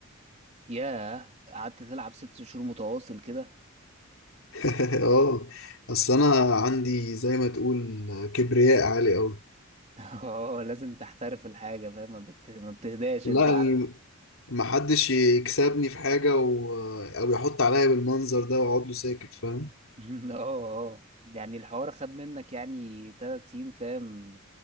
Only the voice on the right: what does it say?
ياه قعدت تلعب ست شهور متواصل كده
<laughs> اه لازم تحترف الحاجة فاهم ما بت- ما بتهداش
انت
<laughs> اه اه يعني الحوار خد منك يعني تلات سنين فاهم